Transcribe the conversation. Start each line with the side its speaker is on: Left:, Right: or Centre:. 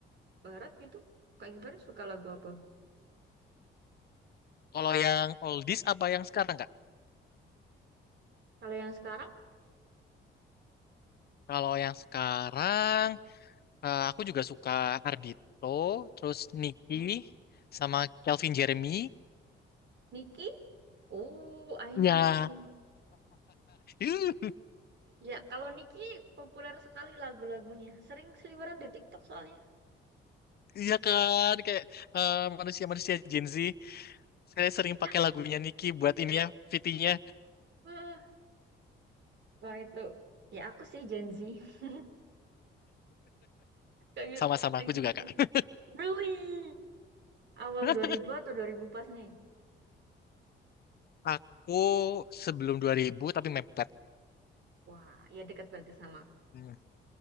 Right: barat gitu, Kak Givari suka lagu apa?
Left: kalau yang oldies apa yang sekarang, Kak?
Right: Kalau yang sekarang,
Left: Kalau yang sekarang, eh, aku juga suka Ardito, terus Nicky,
Right: Hmm.
Left: sama Calvin Jeremy.
Right: Niki? Oh, I
Left: Ya,
Right: know Niki.
Left: <laughs>
Right: Ya, kalau Niki populer sekali lagu-lagunya. Sering seliweran di TikTok soalnya.
Left: Iya kan, kayak eh, manusia-manusia Gen Z. Saya sering
Right: Iya.
Left: pakai lagunya Niki buat ini ya, fitinya
Right: Eh, Wah itu ya aku sih Gen Z. <laughs> Lagi
Left: sama-sama
Right: lagi
Left: aku juga Kak.
Right: really awal
Left: <laughs>
Right: 2000 atau 2000 pas nih.
Left: Aku sebelum 2000 tapi mepet.
Right: Wah, ya dekat berarti sama.
Left: Hmm.